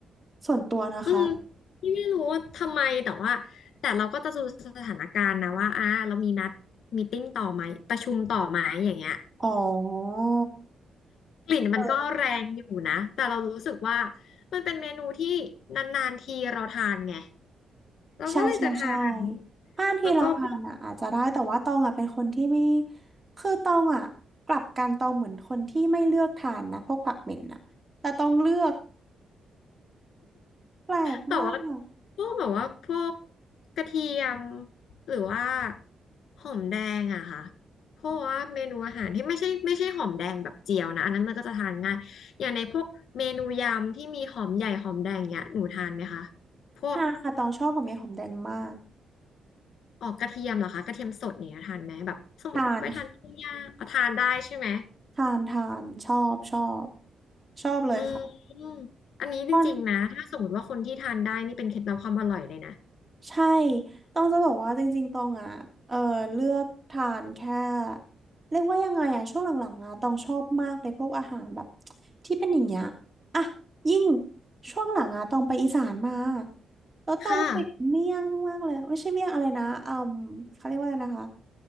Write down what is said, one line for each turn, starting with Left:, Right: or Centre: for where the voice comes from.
Right: ส่วนตัวนะคะ
Left: อืมพี่ไม่รู้ว่าทำไมแต่ว่าแต่เราก็จะดูสถานการณ์นะว่าอ่ะเรามีนัดมีตติ้งต่อไหมประชุมต่อไหมอย่างเงี้ย
Right: อ๋อ
Left: กลิ่นมันก็แรงอยู่นะแต่เรารู้สึกว่า
Right: เออ
Left: มันเป็นเมนูที่นานๆทีเราทานไงเราก็เลยจะทาน
Right: ใช่ใช่ใช่ห้านที่เราทานอ่ะอาจจะได้แต่ว่าตองอ่ะเป็นคนที่ไม่
Left: แล้วก็พวก
Right: คือตองอ่ะกลับกันตองเหมือนคนที่ไม่เลือกทานนะพวกผักเหม็นอ่ะแต่ตองเลือกแปลกมาก
Left: แต่ว่าพวกแบบว่าพวกกระเทียมหรือว่าหอมแดงอะค่ะเพราะว่าเมนูอาหารที่ไม่ใช่ไม่ใช่หอมแดงแบบเจียวนะอันนั้นมันก็จะทานง่ายอย่างในพวกเมนูยำที่มีหอมใหญ่หอมแดงเนี้ยหนูทานไหมคะพวก
Right: ทานค่ะตองชอบหอมแดงหอมแดงมาก
Left: ออกกระเทียมเหรอคะกระเทียมสดเนี่ยทานไหมแบบสมมติไปทานปิ้งย่างเอาทานได้ใช่ไหม
Right: ทาน ทานทานชอบชอบชอบเลยค่ะ
Left: อืมอันนี้จริงๆนะถ้าสมมติว่าคนที่ทานได้นี่เป็นเคล็ดลับความอร่อยเลยนะ
Right: ตอนใช่ต้องจะบอกว่าจริงๆตองอ่ะเออเลือกทานแค่เรียกว่ายังไงอ่ะช่วงหลังๆอ่ะตองชอบมากเลยพวกอาหารแบบที่เป็นอย่างเงี้ยอ่ะยิ่งช่วงหลังอ่ะตองไปอีสานมาแล้วตองติดเมี่ยงมากเลยไม่ใช่เมี่ยงอะไรนะอืมเขาเรียกว่าอะไรนะคะ
Left: ค่ะ